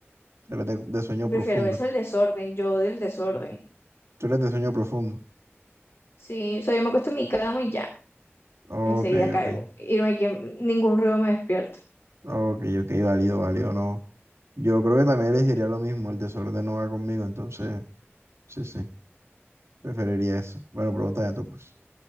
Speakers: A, on the right (about 80°); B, on the left (about 60°).
A: de, de sueño
B: prefiero
A: profundo.
B: eso al desorden. Yo odio el desorden.
A: Tú eres de sueño profundo.
B: Sí, o sea, yo me acuesto en mi cama y ya,
A: Ok,
B: enseguida caigo.
A: ok.
B: Y no hay quien, ningún ruido me despierta.
A: Ok, ok, válido, válido, no. Yo creo que también elegiría lo mismo, el desorden no va conmigo, entonces, sí, sí, preferiría eso. Bueno, pregúntame tú, pues.